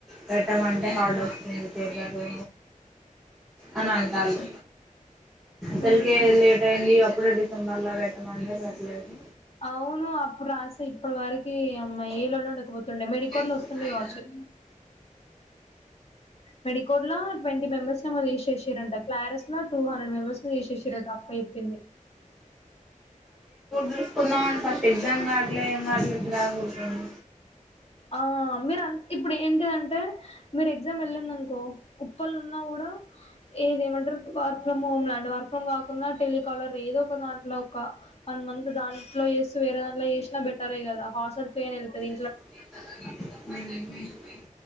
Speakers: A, in the centre; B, on the left.
A: పెట్టమంటే హార్డ్ వస్తుంది పేపరు అని అంటారు సల్కె
B: ఊహు
A: లేటైన్ద్ అప్ ఇప్పుడు డిసెంబర్ లో పెట్టమంటే పెట్టలేదు
B: అవును అప్పుడు రాస్తే ఇప్పటి వరకి అమ్మ ఏ లొల్లి ఉండకపోతుండే తుండే మెడికోడ్
A: అవును
B: లో వస్తుండేకావచ్చు మెడికోడ్ ల ట్వంటీ మెంబర్స్ నో ఏమో తీసేసినారంట, క్లారస్ ల టూహండ్రెడ్ మెంబర్స్నీ తీసేసిరట, అక్క చెప్పింది
A: చూసుకుందాంఅని ఫస్ట్ ఎగ్జామ్ కావట్లే ఏం కావట్లే చిరాక్పుడుతుంది
B: ఆ మీరు అం ఇప్పుడు ఏంటి అంటే మీరు ఎగ్జామ్ వెళ్ళిందనుకో ఉప్పలున్నా కూడా ఏ ఇదేమంటరు వర్క్ ఫ్రమ్ హోమ్ లాంటిదే వర్ కాకుంన్న టెలికాలర్ ఏదో ఒక దాంట్లో ఒక వన్ మంత్ దాంట్లో చేసి వేరే దాంట్లో చేసినా బెటరే కదా హాటల్ ఫీ అయిన ఎల్ తది
A: మ్